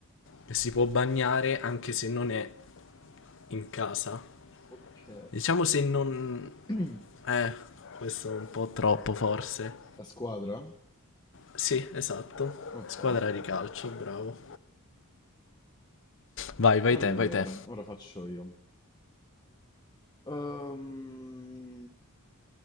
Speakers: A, on the left; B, on the left.
A: E si può bagnare anche se non è in casa.
B: Ok.
A: Diciamo se non...
B: <clears throat>
A: Eh, questo è un po' troppo forse.
B: La squadra?
A: Sì, esatto.
B: Ok.
A: Squadra di calcio, bravo. Vai, vai
B: Allora,
A: te, vai te.
B: ora faccio io. Ehm,